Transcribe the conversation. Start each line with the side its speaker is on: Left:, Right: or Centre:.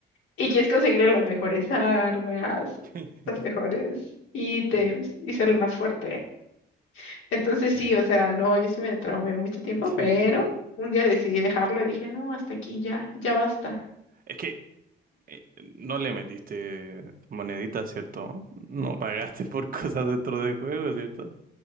Left: Y quieres conseguirle las mejores armas,
Right: <laughs>
Left: los mejores ítems y ser el más fuerte. Entonces sí, o sea, no, yo sí me traumé mucho tiempo,
Right: Sí.
Left: pero un día decidí dejarlo y dije, no, hasta aquí ya, ya basta.
Right: Es que eh, no le metiste moneditas, ¿cierto? No pagaste por <laughs> cosas dentro del juego, ¿cierto?